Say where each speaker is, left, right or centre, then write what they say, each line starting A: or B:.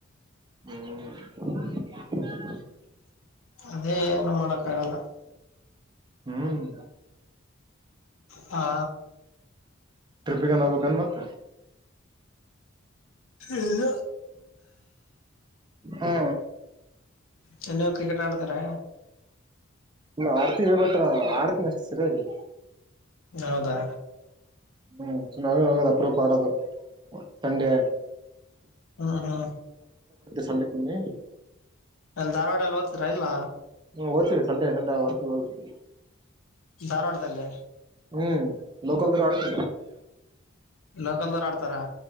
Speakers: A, on the right (about 20°); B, on the left (about 80°).
A: ಹ್ಮ್
B: ಅದೇ ಏನು ಮಾಡಕ್ಕಾಗಲ್ಲ
A: ಹ್ಮ್
B: ಹಾ
A: ಟ್ರಿಪಿ ಗೆನ ಏನಾರ ಹೋಗ್ಬೇಕನು ಮತ್ತ
B: ಹ್ಮ
A: ಹಾ
B: ಚೆನ್ನಯರು ಕ್ರಿಕೆಟ್ ಆಡ್ತಾರ
A: ಇ ಆಡ್ತಿ ವಿ ಹೇಳ್ಬಟ್ರ ಆಡುತ್ತೇನೆ ಅಷ್ಟೇ ಸರಿಯಾಗಿ
B: ಹೌದಾ
A: ಹ್ಮ್ ಚನ್ನಾಗಿ ಅದು ಅಪ್ರೂಪ್ ಆಡೋದು ಸಂಡೆ
B: ಹ್ಮ್ ಹ್ಮ್
A: ಸಂಡೇ ಕಮ್ಮಿ
B: ಅಲ್ಲಿ ಧಾರವಾಡ ಅಲ್ಲಿ ಓದ್ತರಾಇಲ್ಲ
A: ಹ್ಮ್ ಓತ್ತಿವಿ ಸಂಡೆ ಸಂಡೆ ಬರ್ತೀವಿ ಹೋಗದು
B: ಧಾರವಾಡದಲ್ಲೇ
A: ಹ್ಮ್ ಲೋಕಲ್ದ ಆಡ್ತ
B: ಲೋಕಲ್ ದವ್ರು ಆಡ್ತಾರ